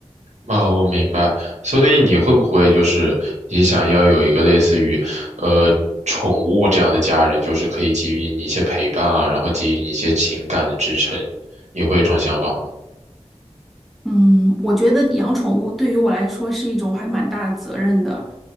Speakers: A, on the right; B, in the centre.
A: 啊，我明白。所以你会不会就是也想要有一个类似于，呃，宠物这样的家人，就是可以给予你一些陪伴啊，然后给予你一些情感的支撑，你会有这种想法吗？
B: 嗯，我觉得养宠物对于我来说是一种还蛮大的责任的，